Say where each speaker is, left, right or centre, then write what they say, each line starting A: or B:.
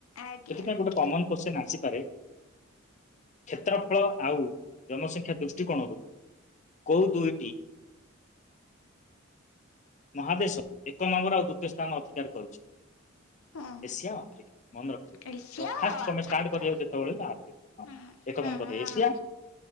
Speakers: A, on the left (about 85°); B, on the left (about 35°).
A: ଆଜ୍ଞା
B: ସେଥିପାଇଁ
A: ଆଜ୍ଞା।
B: ଗୋଟେ କମନ କୋଶ୍ଚିନ୍ସ ଆସିପାରେ, କ୍ଷେତ୍ରଫଳ ଆଉ ଜନସଂଖ୍ୟା ଦୃଷ୍ଟିକୋଣରୁ କୋଉ ଦୁଇଟି ମହାଦେଶ ଏକ ନମ୍ବର, ଆଉ ଦୁ ଦିତୀୟ ସ୍ଥାନ ଅଧିକାର କରୁଚି।
A: ହୁଁ ହୁଁ
B: ଏସିଆ ଆଫ୍ରିକା ମନେରଖ।
A: ଏସିଆ
B: ତ
A: ଆଉ
B: ଫାଷ୍ଟ ତମେ
A: ଆଫ୍ରିକା।
B: ଷ୍ଟାର୍ଟ କରିବା ଯେତେବେଳେ ଆର୍ଥିକ ହଁ,
A: ହୁଁ
B: ଏକ
A: ହୁଁ
B: ନମ୍ବର
A: ହୁଁ
B: ଏସିଆ